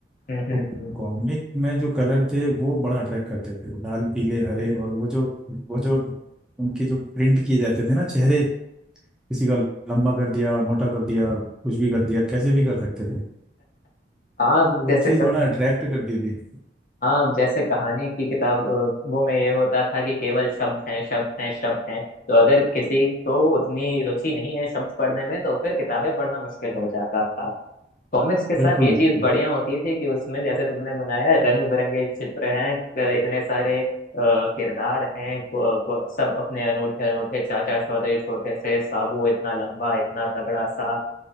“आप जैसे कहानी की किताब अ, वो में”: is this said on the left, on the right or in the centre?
Left